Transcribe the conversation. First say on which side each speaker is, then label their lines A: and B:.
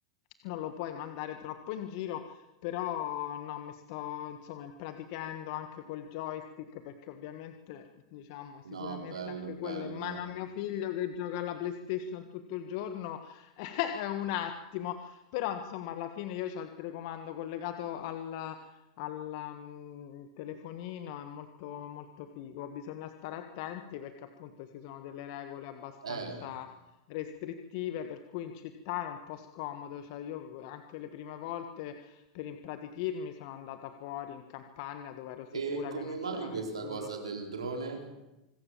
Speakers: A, on the left; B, on the right.
A: non lo puoi mandare troppo in giro, però no, mi sto insomma impratichendo anche col joystick perché ovviamente diciamo sicuramente
B: no, bello,
A: anche quello
B: bello.
A: in mano a mio figlio che gioca alla PlayStation tutto il giorno <laughs> è un attimo, però insomma alla fine io ho il telecomando collegato al, al, mm, telefonino, è molto molto figo, bisogna stare attenti perché appunto ci sono delle regole abbastanza
B: Eh,
A: restrittive, per cui in città è un po' scomodo. Cioè, io anche le prime volte per impratichirmi sono andata fuori in campagna dove ero sicura
B: e come
A: che non
B: mai
A: c'era
B: questa
A: nessuno.
B: cosa del drone?